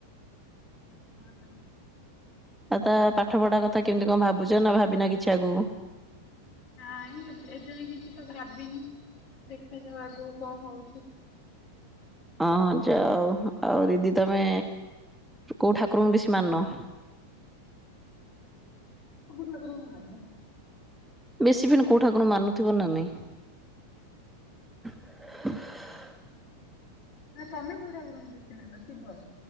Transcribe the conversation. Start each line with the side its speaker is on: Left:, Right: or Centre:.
Left: <unintelligible>
Centre: ଆଉ ତା ପାଠ ପଢା କଥା କେମିତି କଣ ଭାବୁଛ ନା ଭାବିନ କିଛି ଆଗକୁ?
Left: ନାଇ ଏଦିନ କିଛି ତ ଭାବିନି ଦେଖାଯୁ ଆଗକୁ କଣ ହଉଛି।
Centre: ହଁ ଯଉ ଆଉ ଦିଦି ତମେ- କୋଉ ଠାକୁରଙ୍କୁ ବେଶୀ ମାନ?
Left: ସବୁ ଠାକୁର ଙ୍କୁ ମନେ।
Centre: ବେଶୀ ଫନ୍ କୋଉଠାକୁର ମାନୁଥିବ ନା ନାଇଁ? <inaudible>
Left: ହଁ ତମେ ବେଶୀ କଉ ଠାକୁରଙ୍କୁ ମାନ, ଶିବ!